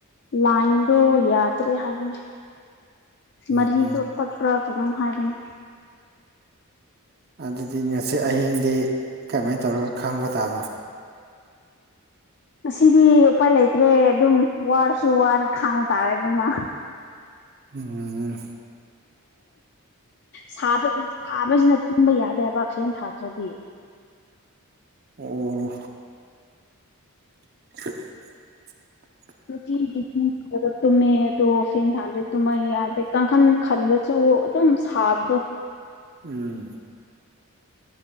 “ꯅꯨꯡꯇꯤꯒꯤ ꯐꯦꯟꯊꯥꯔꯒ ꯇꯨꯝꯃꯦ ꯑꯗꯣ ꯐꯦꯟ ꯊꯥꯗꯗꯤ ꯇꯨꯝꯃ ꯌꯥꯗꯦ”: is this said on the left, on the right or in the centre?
Left